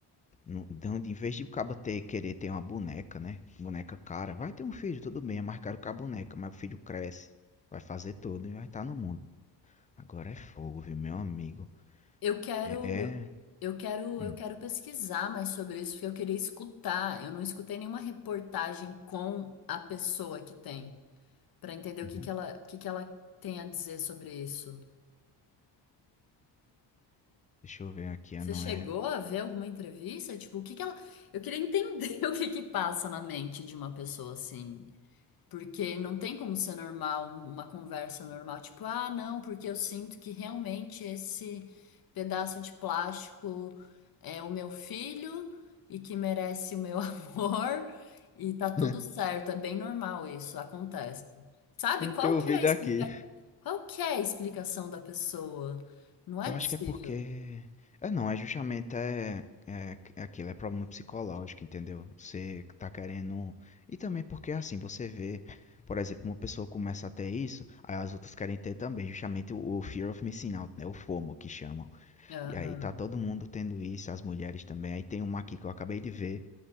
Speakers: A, on the left (about 20°); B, on the left (about 55°).
A: Não- Então, em vez de o cabo ter, querer ter uma boneca, né? Boneca cara, vai ter um filho, tudo bem, é mais caro que a boneca, mas o filho cresce, vai fazer tudo e vai estar no mundo. Agora é fogo, viu, meu amigo?
B: Eu quero,
A: É. é...
B: eu, eu quero,
A: hum,
B: eu quero pesquisar mais sobre isso, porque eu queria escutar. Eu não escutei nenhuma reportagem com a pessoa que tem, para entender
A: uhum.
B: o que que ela, o que que ela tem a dizer sobre isso.
A: Deixa eu ver aqui, ah,
B: Você
A: não
B: chegou
A: é.
B: a ver alguma entrevista? Tipo, o que que ela. Eu queria entender <laughs> o que que passa na mente de uma pessoa assim. Porque não tem como ser normal, uma conversa normal, tipo, ah, não, porque eu sinto que realmente esse pedaço de plástico é o meu filho e que merece o meu <laughs> amor e tá tudo
A: <laughs>
B: certo, é bem normal isso, acontece. Sabe,
A: É
B: qual
A: teu
B: que
A: vídeo
B: é a explica...
A: aqui.
B: qual que é a explicação da pessoa? Não é
A: Eu acho
B: possível.
A: que é porque. É não, é justamente é, é, é aquilo, é problema psicológico, entendeu? Você tá querendo. E também porque assim, você vê, por exemplo, uma pessoa começa a ter isso, aí as outras querem ter também, justamente o, o Fear of Missing Out, né? O FOMO que chamam.
B: Aham.
A: E aí tá todo mundo tendo isso, as mulheres também. Aí tem uma aqui que eu acabei de ver,